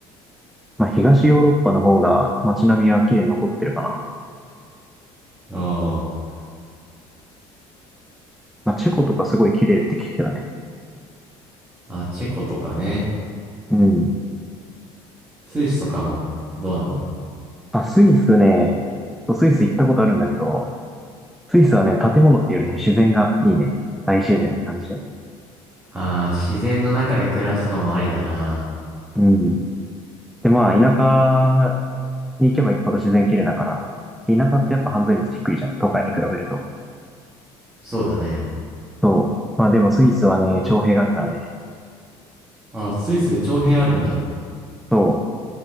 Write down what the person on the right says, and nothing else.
おー。
あ、チェコとかね。
スイスとかもどうなの
ああー、自然の中で暮らすのもありだな。
そうだね。
あ、スイス長編あるんだ。